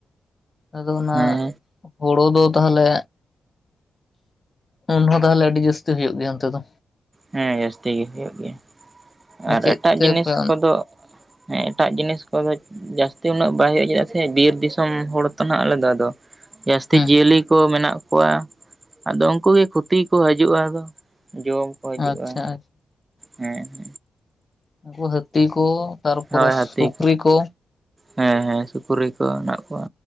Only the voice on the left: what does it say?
ᱟᱫᱚ ᱚᱱᱟ
ᱦᱩᱲᱩ ᱫᱚᱼᱼ ᱛᱟᱦᱚᱞᱮ ᱩᱱ ᱨᱮᱦᱚᱸ ᱛᱟᱦᱚᱞᱮ ᱟᱹᱰᱤ ᱡᱟᱹᱥᱛᱤ ᱦᱩᱭᱩᱜ ᱜᱮᱭᱟ ᱚᱱᱛᱮ ᱫᱚ᱾
ᱪᱮᱫ
ᱛᱮᱯᱮ
ᱦᱩᱸ
ᱟᱪᱪᱷᱟ ᱟᱪᱪᱷᱟ
ᱩᱱᱠᱩ ᱦᱟᱹᱛᱤ ᱠᱚ ᱛᱟᱨᱯᱚᱨᱮ
ᱥᱩᱠᱨᱤ ᱠᱚ᱾